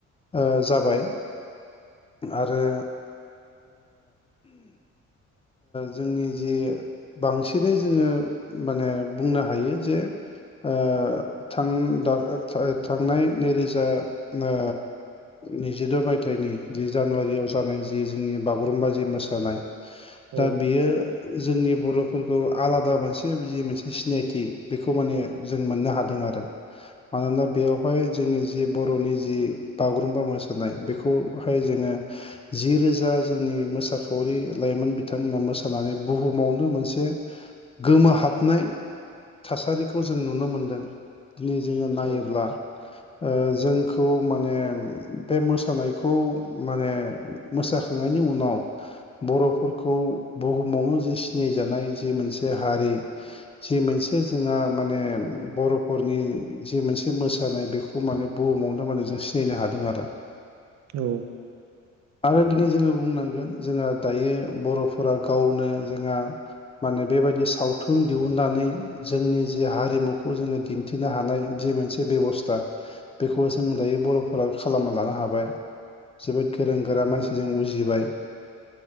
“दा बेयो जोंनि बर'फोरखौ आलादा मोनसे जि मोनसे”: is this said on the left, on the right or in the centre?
Left